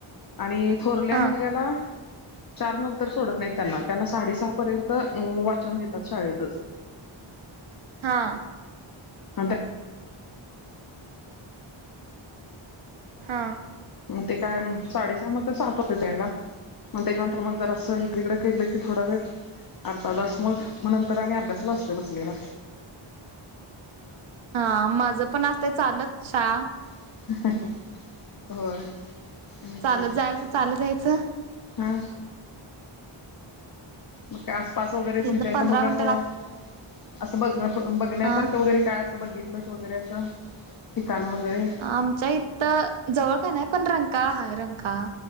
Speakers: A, on the left (about 45°); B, on the right (about 70°).
A: आणि थोरल्या
B: हां
A: मुलग्याला चार नंतर सोडत नाही त्यांना. त्यांना साडे सहा पर्यंत वाचन घेतात, शाळेतच.
B: हा.
A: मग
B: हां.
A: मग ते काय साडेसहामध्ये सापत त्यायला? मग त्याच्यानंतर मग जर असं. तकडं कालं की थोडा वेळ अर्तादाास मग मग नंतर आणि अभ्यासला असतो बसलेला.
B: हा माझं पण असत चालत शहा.
A: हो ब.
B: चालत जायचं चालत यायचं
A: हा. मग काय आसपास वगैरे
B: इथनं
A: तुमच्या इथं
B: पंधरा
A: मग
B: मिनिटं
A: असं.
B: लाग
A: असं बघ बघण्यासारखं
B: हा
A: वगैरे काय असं बघितलंच वगैरे असं ठिकाणं वगैरे.
B: आमच्या इथ जवळ काय नाही पण रंगकाळ हाय रंकाळ.